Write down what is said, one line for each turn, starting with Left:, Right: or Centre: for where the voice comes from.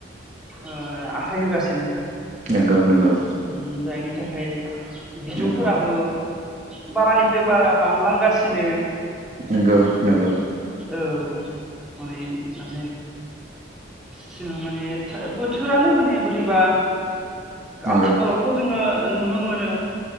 Centre: ओ आखाइ होगासिनो।
Right: नंगौ नंगौ
Centre: उम जायनि थाखाय फाय बिदुंफोराबो
Right: नंगौ
Centre: बारानिफ्राय बारा बांलांगासिनो।
Right: नंगौ नंगौ।
Centre: ओ औ हनै नाथाय। जोंहा माने था बोथोरानो माने बोरैबा
Right: नंगौ
Centre: आथिखालावथ' जोङो नुनो मोनो।